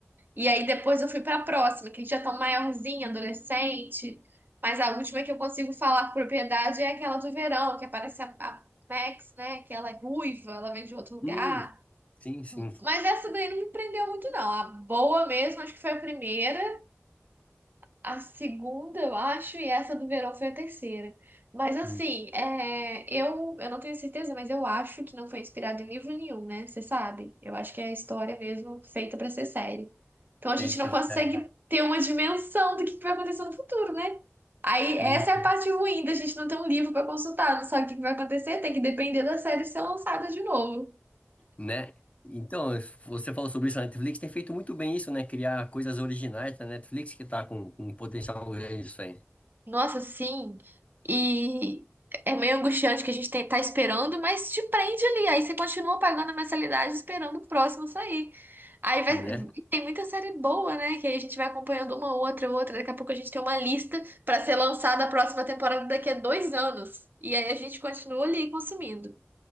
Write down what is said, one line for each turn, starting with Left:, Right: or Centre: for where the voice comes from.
Right: E aí depois eu fui pra próxima, que eles já estão maiorzinho, adolescente. Mas a última que eu consigo falar com propriedade é aquela do verão, que aparece a, a Max, né? Que ela é ruiva, ela vem de outro lugar.
Left: Hum, sim, sim.
Right: Mas essa daí não me prendeu muito, não. A boa mesmo, acho que foi a primeira a segunda, eu acho, e essa do verão foi a terceira. Mas assim,
Left: Hum,
Right: é, eu, eu não tenho certeza, mas eu acho que não foi inspirado em livro nenhum, né? Você sabe? Eu acho que é a história mesmo feita pra ser série. Então
Left: Sei
Right: a gente
Left: pra
Right: não consegue
Left: série.
Right: ter uma dimensão do que vai acontecer no futuro, né? Aí essa
Left: Hum,
Right: é a parte ruim da gente não ter um livro pra consultar, não sabe o que vai acontecer, tem que depender da série ser lançada de novo.
Left: né? Então, você falou sobre isso, a Netflix tem feito muito bem isso, né? Criar coisas originais da Netflix que tá com, com um potencial grande isso aí,
Right: Nossa, sim. E é meio angustiante que a gente tem- tá esperando, mas te prende ali. Aí você continua pagando a mensalidade esperando o próximo sair. Aí vai,
Left: né?
Right: tem muita série boa, né? Que aí a gente vai acompanhando uma outra, outra. Daqui a pouco a gente tem uma lista pra ser lançada a próxima temporada daqui a dois anos. E aí a gente continua ali consumindo.